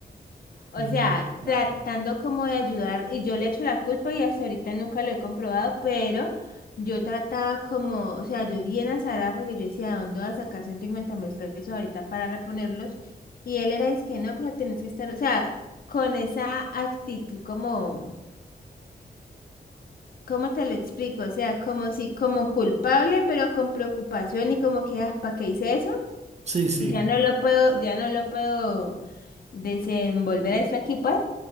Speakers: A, on the left (about 60°); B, on the right (about 40°).
A: O
B: Y
A: sea,
B: no, ya.
A: tratando como de ayudar, y yo le echo la culpa y hasta ahorita nunca lo he comprobado, pero yo trataba como, o sea, yo bien azarada porque yo decía, ¿de dónde voy a sacar 150 mil pesos ahorita para reponerlos? Y él era, es que no, pero tenés que estar, o sea, con esa actitud como, ¿cómo te lo explico? O sea, como si, como culpable, pero con preocupación y como que, ah, ¿para qué hice eso?
B: Sí, sí,
A: Ya no lo puedo, ya no lo puedo desenvolver eso aquí, pues.